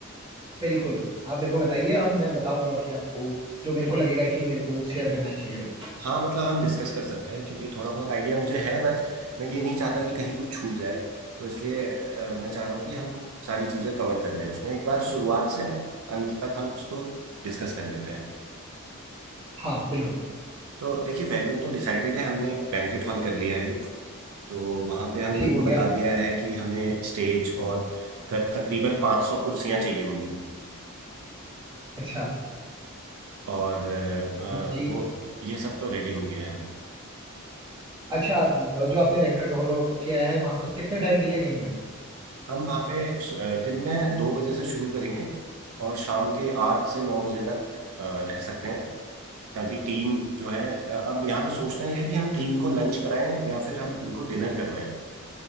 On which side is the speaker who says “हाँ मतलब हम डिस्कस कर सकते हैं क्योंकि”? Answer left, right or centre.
Right